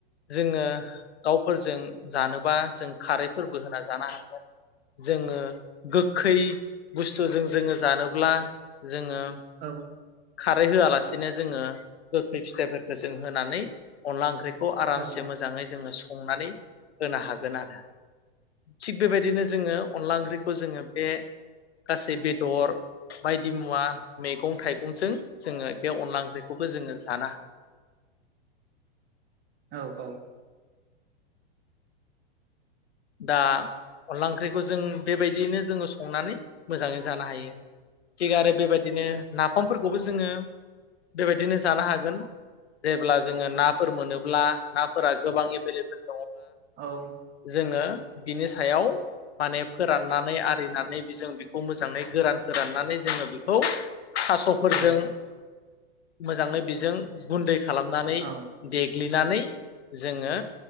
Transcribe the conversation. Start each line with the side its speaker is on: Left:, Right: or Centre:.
Left: जोङो दावफोरजों जानोबा जों खारैफोरबो होना जानो हागोन जोङो गोखै बुस्थुजों जोङो जानोब्ला जोङो
Right: औ
Left: खारै होआला बिदिनो जोङो गोखै फिथाइफोरखौ जों होनानै अनला ओंख्रि खौ
Right: औ
Left: आरामसे मोजाङै जोङो सं संनानै होनो हागोन आरो थि बेबायदि बिदिनो जोङो अनला ओंख्रिखौ जोङो बे गासै बेदर बायदि मुवा मैगं थाइगंजों जोङो बे अनला ओंख्रिखौबो जोङो जाना
Right: औ औ
Left: दा अनला ओंख्रिखौ जों बेबायदियैनो जोङो संनानै मोजाङै जानो हायो थिग आरो बेबायदिनो नाफामफोरखौबो जोङो बेबायदिनो जानो हागोन जेब्ला जोङो नाफोर मोनोब्ला नाफोरा गोबां एभेलेबोेल
Right: औ
Left: जोङो बिनि सायाव माने फोराननानै आरिनानै बे जों बेखौ मोजाङै गोरान फोराननानै जोङो बेखौ थासफोरजों
Right: औ
Left: मोजाङै बेजों बुन्दै खालामनानै
Right: औ
Left: देग्लि नानै जोङो